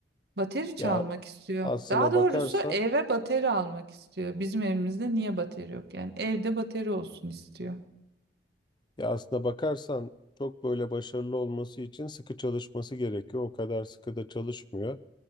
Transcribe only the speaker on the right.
Bateri çalmak
istiyor.
Daha doğrusu
eve bateri almak istiyor. Bizim evimizde niye bateri yok? Yani evde bateri olsun istiyor.